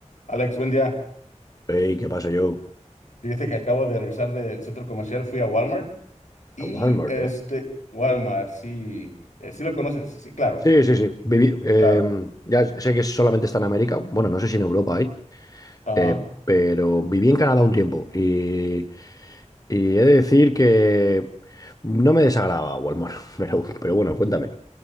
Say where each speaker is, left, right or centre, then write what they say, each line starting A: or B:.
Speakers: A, on the left; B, on the left.
A: Alex, buen día.
B: Ey, ¿qué pasa, Joe?
A: Fíjate que acabo de regresar del centro comercial, fui a Walmart y
B: A Walmart,
A: este,
B: ¿eh?
A: Walmart, sí, eh, sí lo conoces, sí, claro,
B: Sí, sí, sí. Vivi- eh,
A: claro.
B: ya sé que solamente está en América. Bueno, no sé si en Europa hay.
A: Ah,
B: eh, pero viví en Canadá un tiempo. Y, y he de decir que no me desagrada Walmart. <laughs> Pero, pero bueno, cuéntame.